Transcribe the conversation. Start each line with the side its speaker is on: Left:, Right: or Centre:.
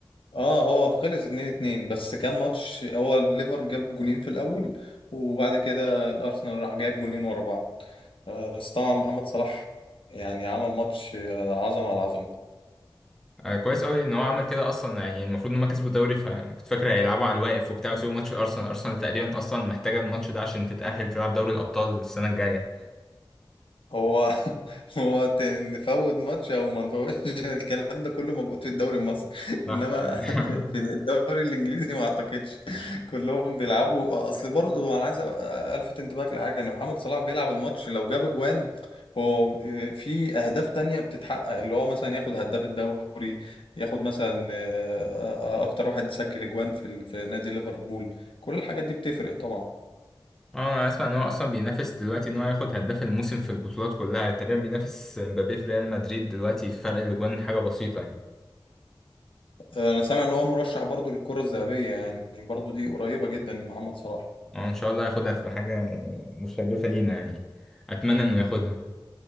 Left: اه هو خلص 2 2 بس كان ماتش هو الليفر جاب جونين في الاول وبعد كده الارسنال راح جايب جونين ورا بعض آه، بس طبعا محمد صلاح يعني عمل ماتش آه، عظمه على عظمه
Centre: آه، كويس قوي ان هو عمل كده اصلا يعني المفروض ان هم كسبوا الدوري فكنت فاكر هيلعبوا على الواقف وبتاع ويسيبوا ماتش الارسنال ارسنال تقريبا اصلا محتاجه الماتش ده عشان تتاهل تلعب دوري الابطال السنه الجايه
Left: هو <laughs> هو ت- نفوت ماتش او ما نفوتش <laughs> الكلام ده كله موجود في الدوري المصري <laughs>
Centre: صح
Left: انما
Centre: <laughs>
Left: في في الدوري الانجليزي ما اعتقدش <laughs> كلهم بيلعبوا اصل برضه هو انا عايز أ- الفت انتباهك لحاجه ان محمد صلاح بيلعب الماتش لو جاب اجوان هو آه، في اهداف تانية بتتحقق اللي هو مثلا ياخد هداف الدوري ياخد مثلا آه، آه، اكتر واحد سجل اجوان في ال- في نادي ليفربول كل الحاجات دي بتفرق طبعا
Centre: اه انا اسمع ان هو اصلا بينافس دلوقتي ان هو ياخد هداف الموسم في البطولات كلها تقريبا بينافس مبابي في ريال مدريد دلوقتي فرق الاجوان حاجه بسيطه يعني
Left: آه، انا سامع ان هو مرشح برضو للكرة الذهبية يعني برضو دي قريبة جدا من محمد صلاح
Centre: اه ان شاء الله ياخدها تبقى حاجه يعني مشرفه لينا يعني اتمنى انه ياخدها